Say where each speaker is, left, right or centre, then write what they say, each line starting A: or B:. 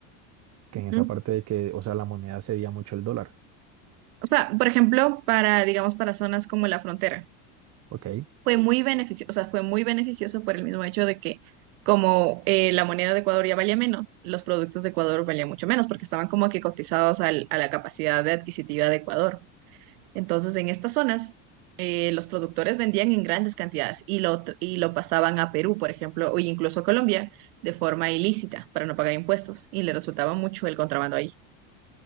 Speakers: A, on the right (about 35°); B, on the right (about 80°).
A: que en esa
B: Ujú.
A: parte de que, o sea, la moneda sería mucho el dólar,
B: O sea, por ejemplo, para, digamos, para zonas como la frontera,
A: ¿ok?
B: fue muy beneficioso, o sea, fue muy beneficioso por el mismo hecho de que como eh, la moneda de Ecuador ya valía menos, los productos de Ecuador valían mucho menos porque estaban como que cotizados al- a la capacidad de adquisitiva de Ecuador. Entonces, en estas zonas, eh, los productores vendían en grandes cantidades y lo, tr- y lo pasaban a Perú, por ejemplo, o incluso a Colombia, de forma ilícita para no pagar impuestos y le resultaba mucho el contrabando ahí.